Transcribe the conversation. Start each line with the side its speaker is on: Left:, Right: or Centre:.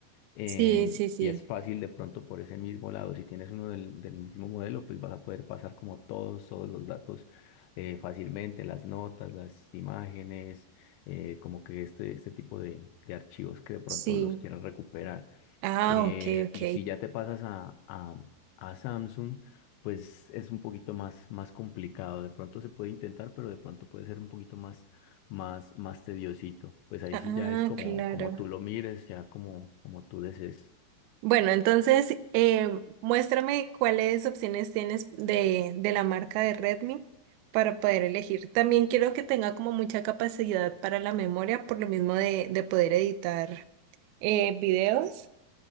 Left: em,
Right: Sí, sí, sí,
Left: y es fácil de pronto por ese mismo lado, si tienes uno del, del mismo modelo, pues vas a poder pasar como todos, todos los datos eh, fácilmente, las notas, las imágenes, eh, como que este, este tipo de, de archivos que de pronto
Right: sí.
Left: los quieras recuperar.
Right: Ah,
Left: Eh,
Right: ok, ok.
Left: y si ya te pasas a, a- a Samsung, pues es un poquito más, más complicado. De pronto se puede intentar, pero de pronto puede ser un poquito más, más, más tediosito. Pues ahí
Right: Ah,
Left: sí ya es como,
Right: claro.
Left: como tú lo mires, ya como, como tú desees.
Right: Bueno, entonces eh, muéstrame cuáles opciones tienes de, de la marca de Redmi para poder elegir. También quiero que tenga como mucha capacidad para la memoria, por lo mismo de, de poder editar eh, videos,